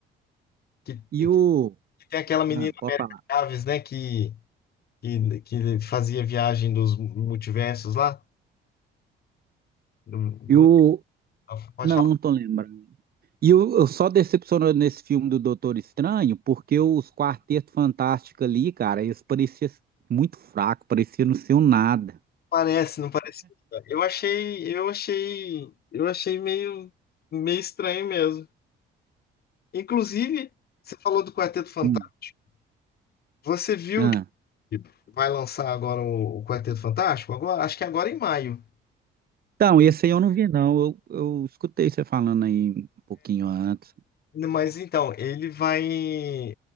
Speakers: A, on the left (about 55°); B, on the right (about 50°).
A: Que,
B: E o.
A: que tem aquela menina
B: Ah, pode
A: América
B: falar.
A: Chaves, né? Que que, que fazia viagem dos multiversos lá. do-
B: E
A: do-
B: o.
A: Pode
B: Não,
A: falar,
B: não tô lembrando. E eu, eu só decepcionou nesse filme do Doutor Estranho, porque os Quarteto Fantástico ali, cara, eles pareciam muito fracos, pareciam não ser um nada.
A: parece, não parece. Eu achei, eu achei, eu achei meio, meio estranho mesmo. Inclusive, você falou do Quarteto Fantástico.
B: Hum.
A: Você viu
B: Ah.
A: que vai lançar agora o, o Quarteto Fantástico? Agora, acho que agora em maio.
B: Então, esse aí eu não vi, não. Eu, eu escutei você falando aí um pouquinho antes.
A: Mas então, ele vai.